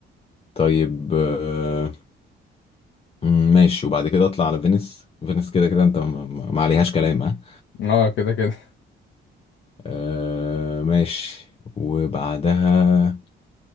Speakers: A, on the left; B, on the left.
A: طيب آه، مم، ماشي وبعد كده اطلع على فينيس فينيس كده كده انت ما ما- ما عليهاش كلام ها
B: اه كده كده
A: آه ماشي وبعدها